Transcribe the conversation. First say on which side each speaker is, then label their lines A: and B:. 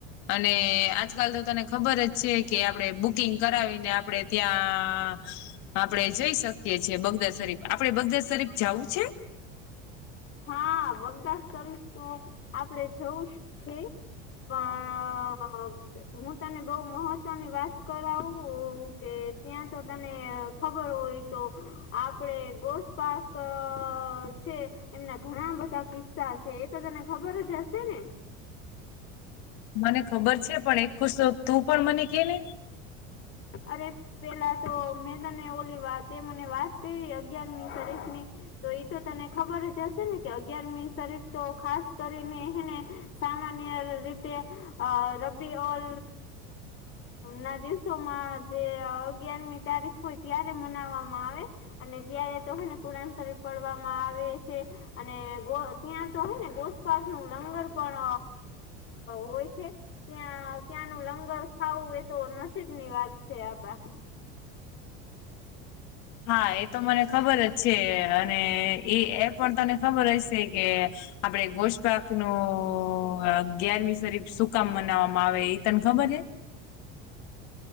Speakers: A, on the left (about 65°); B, on the left (about 40°).
A: અને આજકાલ તો તને ખબર જ છે કે આપણે બુકિંગ કરાવીને આપડે ત્યાં, આપડે જઈ શકીએ છીએ બગદાદ શરીફ, આપડે બગદાદ શરીફ જવું છે?
B: હા બગદાદ સરસ તો આપડે જવું જ છે. તમા હું તને બઉુ મહત્વની વાત કરાવ કે ત્યાં તો તને ખબર હોય તો, આપડે ગોસ્પક છે. એમના ઘણા બધા કિસ્સા છે એ તો તને ખબર જ હશે ને?
A: મને ખબર છે પણ એક ખુશ તું પણ મને કે ને?
B: અરે પેલા તો મેં તને ઓલી વાત મને વાત કરી અગિયારમી તરીખની. તો એ તો તને ખબર જ હશે ને કે અગિયારમી શરીફ તો ખાસ કરીને એને સામાન્ય રીતે, અ રબી ઓલ ના દિવસ. સમાં જે અગિયારમી તારીખ હોય ત્યારે મનાવવામાં આવે. અને ત્યારે તોને કુરાન શરીફ પડવામાં આવે છે. અને ગો ત્યાં તો હોય ને ગોસપાસ નું લંગર પણ હોય છે. ત્યાં ત્યાંનું લંગર ખાવું એ તો નસીબની વાત છે આપડા.
A: હા એ તો મને ખબર જ છે અને એ એ પણ તને ખબર હશે કે આપડે ગોશપક નું અગિયારમી શરીફ સુકામ મનાવવામાં આવે એ તને ખબર છે?